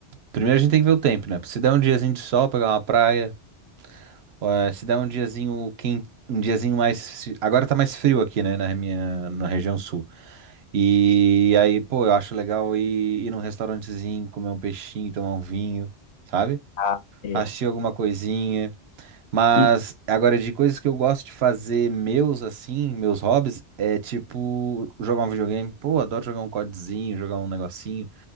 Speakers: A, on the right (about 70°); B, on the left (about 70°).
A: Primeiro a gente tem que ver o tempo, né? Se der um diazinho de sol, pegar uma praia, Ó, é, se der um diazinho quem, um diazinho mais. Agora tá mais frio aqui, né? Na minha, na região sul. E aí, pô, eu acho legal ir, ir num restaurantezinho, comer um peixinho, tomar um vinho, sabe?
B: Ah, é.
A: Assistir alguma coisinha. Mas
B: E,
A: agora, de coisas que eu gosto de fazer, meus assim, meus hobbies, é tipo jogar um videogame. Pô, adoro jogar um CODzinho, jogar um negocinho.